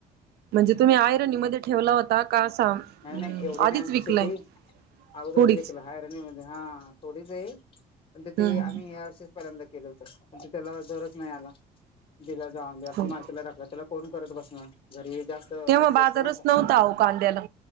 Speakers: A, on the right; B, on the left.
A: म्हणजे तुम्ही आयरनीमध्ये ठेवला होता का असा
B: नाही एवढी नाही
A: आधीच
B: आमची
A: विकलाय
B: शेती अगोदर
A: थोडीच
B: विकला हारणीमध्ये हा थोडीच हे पण ते
A: हम्म
B: आम्ही <unintelligible> पर्यंत केलं होतं त्याला दरच नाही आला. दिला जा म्हे असं
A: हो.
B: मार्केटला टाकला त्याला कोण करत बसण घरी जास्त
A: तेव्हा
B: नाहीत लोक
A: बाजारच
B: ना का
A: नव्हता अहो कांद्याला